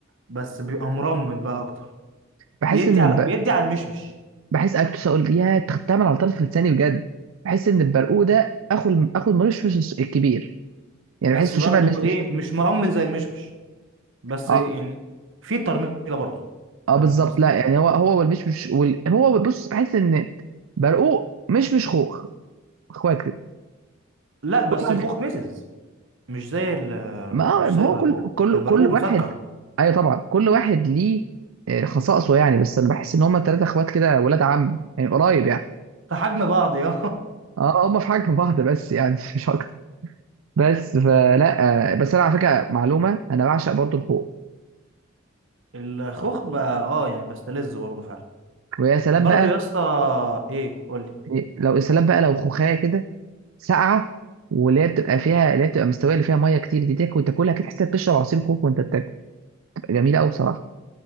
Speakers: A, on the right; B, on the right.
A: بس بيبقى مرمل بقى اكتر
B: بحس
A: بيدي
B: ان
A: على
B: ب...
A: بيدي على المشمش
B: بحس اكتر اقول يا تختمل على طرف لساني بجد بحس ان البرقوق ده اخو الم- اخو الملوش مش الكبير يعني
A: بس
B: بحسه
A: برضه
B: شبه المشمش
A: ايه مش مرمل زي المشمش بس
B: اه
A: يعني في ترميله برضه
B: اه
A: فاهم
B: بالظبط
A: قصدي
B: لا يعني هو هو والمشمش وال... هو بص بحس ان برقوق مش مش خوخ اخوات كده
A: لا بس
B: كل واحد
A: الخوخ مزز مش زي ال
B: ما
A: مش
B: ما
A: زي
B: هو
A: البرقوق
B: كل كل
A: البرقوق
B: كل واحد
A: مسكر
B: ايوه طبعا كل واحد ليه آه، خصائصه يعني بس انا بحس ان هم ثلاثه اخوات كده ولاد عم يعني قريب يعني
A: في حجم بعض يا
B: اه هم في حجم بعض بس يعني <laughs> مش اكتر بس فلا آه، بس انا على فكره معلومه انا بعشق برضو الخوخ
A: <laughs> الخوخ بقى اه يعني بستلذ برضه فعلا
B: ويا سلام
A: برضه
B: بقى
A: يا اسطى ايه قول لي
B: يعني لو يا سلام بقى لو خوخايه كده ساقعه واللي هي بتبقى فيها اللي هي بتبقى مستويه اللي فيها ميه كتير دي تاكل تاكلها كده تحس إنك بتشرب عصير كوك وانت بتاكل بتبقى جميله قوي بصراحه